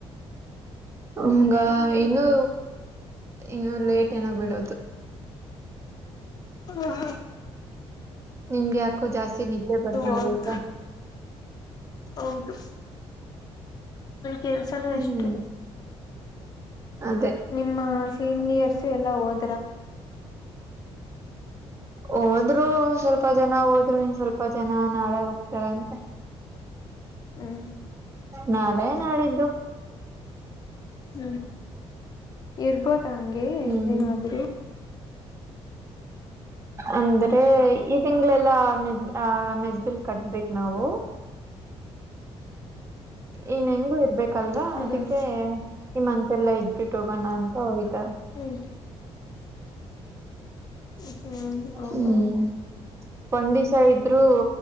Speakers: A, on the right; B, on the left.
A: ಹಮ್ಂಗ ಇನ್ನುೂ ಇನ್ನುೂ ಲೇಟ್ ಏನ ಬಿಡೋದು
B: ಹಾ
A: ನಿಮ್ಗೆ ಯಾಕೋ ಜಾಸ್ತಿ ನಿದ್ದೆ ಬರ್ಬಂದಐತೆ
B: ಹೌದು ಹೌದು ಕೆಲ್ಸನೂ
A: ಹ್ಮ್
B: ಎಷ್ಟು
A: ಅದೇ
B: ನಿಮ್ಮ ಸೀನಿಯರ್ಸು ಎಲ್ಲಾ ಹೋದ್ರ
A: ಹೋದ್ರು ಸ್ವಲ್ಪ ಜನ ಹೋದ್ರು ಇ ಸ್ವಲ್ಪ ಜನ ನಾಳೆ ಹೋಗ್ತಾರಂತೆ
B: ಹ್ಮ್
A: ನಾಳೆ ನಾಡಿದ್ದು
B: ಹ್ಮ್ ಇರ್ಬೋದ ಹಂಗೆ
A: ಹ್ಮ್
B: ಎಷ್ಟ ದಿನ ಆದ್ರು
A: ಅಂದ್ರೆ ಈ ತಿಂಗಳೆಲ್ಲಾ ಮ ಮೆಸ್ಬಿಲ್ ಕಟ್ಬೇಕ ನಾವು ಇನ್ ಹೆಂಗು ಇರ್ಬೇಕಲ್ವಾ
B: ಹ್ಮ್
A: ಅದಕ್ಕೆಮ್ಮ ಎಲ್ಲ ಇದ್ ಬಿಟ್ಟು ಹೋಗೋಣ ಅಂತ ಹೋ್ದ
B: ಹ್ಮ್ ಹ್ಮ್ ಹೌದ
A: ಹ್ಮ್ ಒಂದ್ ದಿವಸ ಇದ್ರರು